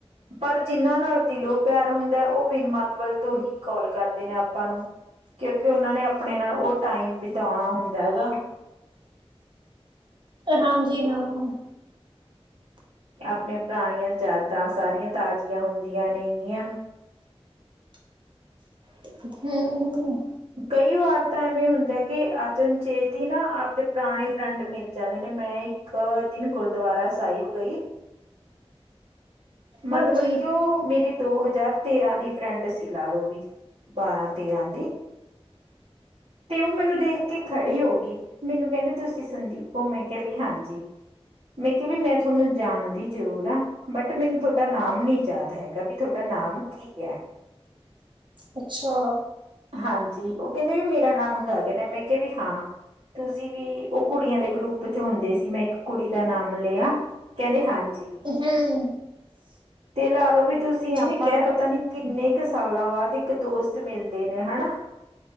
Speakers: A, on the right; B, on the right.
A: ਪਰ ਜਿੰਨਾਂ ਨਾਲ ਦਿਲੋਂ ਪਿਆਰ ਹੁੰਦਾ ਉਹ ਵਿਨ ਮਤਲਬ ਤੋਂ ਹੀ ਕੋਲ ਕਰਦੇ ਆਪਾਂ ਨੂੰ ਕਿਉਂਕਿ ਨੇ ਆਪਣੇ ਨਾਲ ਉਹ ਟਾਈਮ ਬਿਤਾਉਣਾ ਹੁੰਦਾ ਗਾ।
B: ਹਾਂਜੀ ਹਾਂ।
A: ਆਪਣੀਆਂ ਪੁਰਾਣੀਆਂ ਯਾਦਾਂ ਸਾਰੀਆਂ ਤਾਜ਼ੀਆਂ ਹੁੰਦੀਆਂ ਨੇਗੀਆਂ।
B: ਹੂ - ਹੂ
A: ਕਈ ਵਾਰ ਐਵੇਂ ਹੁੰਦਾ ਕਿ ਅਚਨਚੇਤ ਹੀ ਨਾ ਆਪਦੇ ਪੁਰਾਣੇ ਫਰੈਂਡ ਮਿਲ ਜਾਂਦੇ ਨੇ ਮੈਂ ਇੱਕ ਦਿਨ ਗੁਰ- ਦੁਬਾਰਾ ਸਾਇਬ ਗਈ।
B: ਹਾਂਜੀ
A: ਮਤਲਬ ਕਿ ਓਹ ਮੇਰੀ ਦੋ ਹਜ਼ਾਰ ਤੇਰਾਂ ਦੀ ਫਰੈਂਡ ਸੀ ਲਾ ਲਓ ਵੀ ਬਾਰਾਂ-ਤੇਰਾਂ ਦੀ। ਤੇ ਉਹ ਮੈਨੂੰ ਦੇਖ ਕੇ ਖੜੀ ਹੋਗੀ ਮੈਨੂੰ ਕਹਿੰਦੀ ਤੁਸੀਂ ਸੰਦੀਪ ਪੋ ਉਹ। ਮੈਂ ਕਿਹਾ ਵੀ ਹਾਂਜੀ, ਮੈਂ ਕਿਹਾ ਵੀ ਮੈਂ ਤੁਹਾਨੂੰ ਜਾਣ ਦੀ ਜ਼ਰੂਰ ਆਂ। ਬਟ ਮੈਨੂੰ ਥੋਡਾ ਨਾਮ ਨੀ ਯਾਦ ਹੈਗਾ ਵੀ ਤੁਹਾਡਾ ਨਾਮ ਕੀ ਐ?
B: ਅੱਛਾ।
A: ਹਾਂਜੀ, ਉਹ ਕਹਿੰਦੇ ਵੀ ਮੇਰਾ ਨਾਂ ਗਗਨ ਆ ਮੈਂ ਕਿਹਾ ਵੀ ਹਾਂ ਤੁਸੀਂ ਵੀ ਉਹ ਕੁੜੀਆਂ ਦੇ ਗਰੁੱਪ 'ਚ' ਹੁੰਦੇ ਸੀ ਮੈਂ ਇੱਕ ਕੁੜੀ ਦਾ ਨਾਮ ਲਿਆ। ਕਹਿੰਦੇ ਹਾਂਜੀ।
B: ਹਮ।
A: ਤੇ ਲਾ ਲਓ ਵੀ ਤੁਸੀਂ
B: ਠੀਕ
A: ਆਪਾਂ
B: ਹੈ
A: ਨੂੰ ਪਤਾ ਨੀ ਕਿੰਨੇ ਕੁ ਸਾਲਾਂ ਬਾਅਦ ਇੱਕ ਦੋਸਤ ਮਿਲਦੇ ਨੇ ਹਨਾ।